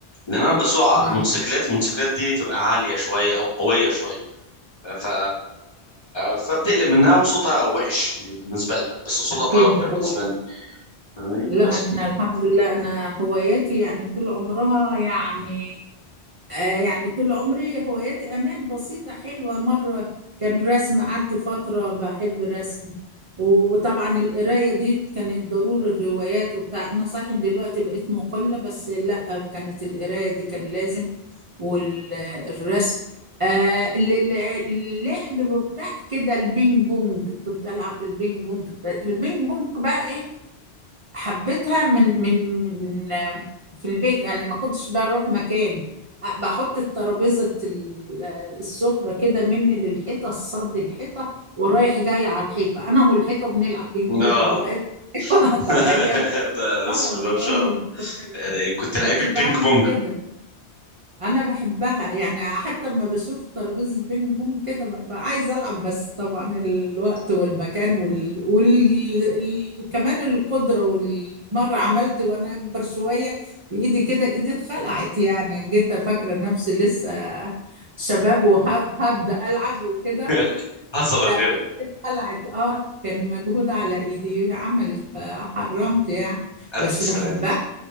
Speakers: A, on the left (about 30°); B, on the right (about 60°).
A: لان انا بسوق
B: <laughs>
A: موتوسيكلات
B: آه،
A: الموتوسيكلات دي تبقى عاليه شويه او قويه شويه ف... فبتقلب منها وصوتها وحش يعني بالنسبه لها بس صوتها
B: اكيد
A: طرب
B: هو
A: بالنسبه لي فاهماني
B: لا
A: بس
B: احنا الحمد لله انا هواياتي يعني طول عمرها يعني آه، يعني طول عمري هواياتي أمان بسيطة حلوة مرة كان رسم قعدت فترة بحب الرسم وطبعا القراية دي كانت ضروري الروايات وبتاع أنا صحيح دلوقتي بقيت مقلة بس لأ كانت القراية دي كان لازم والرسم آه ال- ال- اللعب بتاع كده البينج بونج كنت ألعب البينج بونج البينج بونج بقى إيه حبيتها من من من آه، في البيت انا ما كنتش بروح مكان أ- بحط الترابيزه ال- آه، السفره كده مني للحيطه الصد الحيطه ورايح جاي على الحيطه انا والحيطه بنلعب بينج
A: اه
B: بونج لغايه <laughs> الحيطه
A: <laughs> لا
B: تخيل
A: لا،
B: اه
A: بسم
B: والله
A: الله ما شاء الله
B: كنت
A: يعني كنت لعيبة
B: كنت بعمل
A: بينج بونج
B: كده انا بحبها يعني حتى لما بشوف ترابيزه بينج بونج كده ببقى عايزه العب بس طبعا الوقت والمكان وال... وال... ال... كمان القدره والمره عملت وانا اكبر شويه بايدي كده ايدي اتخلعت يعني جيت فاكره نفسي لسه شباب وهبدا العب وكده
A: <laughs> حصل
B: لا
A: غيري
B: اتخلعت اه كان مجهود على ايدي عملت فحرمت يعني
A: ألف
B: بس
A: سلامة
B: بحبها